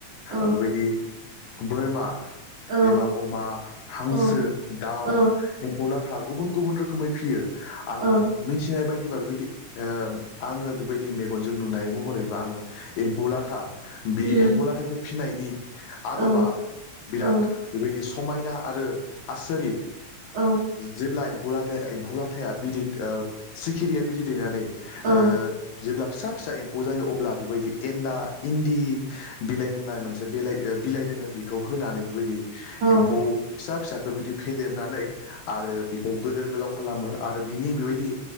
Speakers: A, on the right; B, on the left.
A: औ
B: बेबायदि बोरमा
A: औ
B: एबा अमा हांसो
A: औ
B: दाउ
A: औ
B: एम्फौ लाथा गुबुन गुबुन रोखोम रोखोमै फियो आङो
A: औ
B: मिथिनाय बायदिबा ओ आङो बेबायदि मेगनजों नुनाय महरैबा आङो एम्फौ लाथा बे
A: उम
B: एम्फौ लाथाखौ फिसिनायनि आदबा
A: औ
B: बिराद
A: औ
B: बेबायदि समायना आरो आसोरित
A: औ
B: जेब्ला एम्फौ लाथाया एम्फौ लाथया बिदै ओ सिखिरिया बिदै दैनानै
A: औ
B: ओ जेब्ला फिसा फिसा एम्फौ जायो अब्ला बेबायदि एन्न्दा इन्दि बिलाइ होननाय मोनसे बिलाइ बिलाइ दोङो बेखौ होनानै बेबायदि एम्फौ
A: औ
B: फिसा फिसाखौ बिदि फेदेरनानै आरो बिखौ गोदोर गोलाव खालामो आरो बिनि बेबायदि